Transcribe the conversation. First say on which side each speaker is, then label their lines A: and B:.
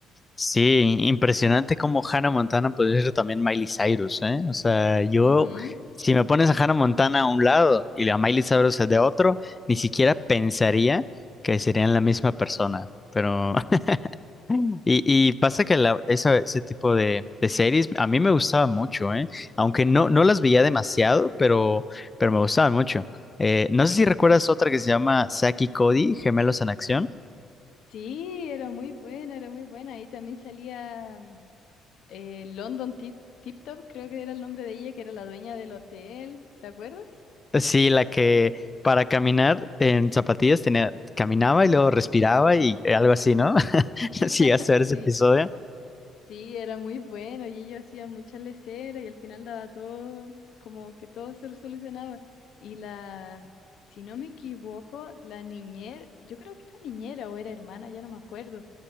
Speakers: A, on the left; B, on the left.
A: Sí, impresionante como Hannah Montana podría ser también Miley Cyrus, ¿eh? O sea, yo,
B: Ujú.
A: si me pones a Hannah Montana a un lado y a Miley Cyrus de otro, ni siquiera pensaría que serían la misma persona. Pero, <laughs> y, y pasa que la- esa- ese tipo de, de series a mí me gustaba mucho, ¿eh? Aunque no, no las veía demasiado, pero, pero me gustaban mucho. Eh, no sé si recuerdas otra que se llama Zack y Cody, Gemelos en Acción.
B: Sí, era muy buena, era muy buena. Ahí también salía. eh, London Tip, Tip Top, creo que era el nombre de ella, que era la dueña del hotel, ¿te acuerdas?
A: Sí, la que para caminar en zapatillas tenía, caminaba y luego respiraba y eh, algo así, ¿no? <laughs> Sí,
B: <laughs>
A: hasta ver ese
B: Sí,
A: episodio.
B: sí, era muy bueno y ellos hacían muchas leceras y al final daba todo, como que todo se solucionaba. Y la, si no me equivoco, la niñera, yo creo que era niñera o era hermana, ya no me acuerdo.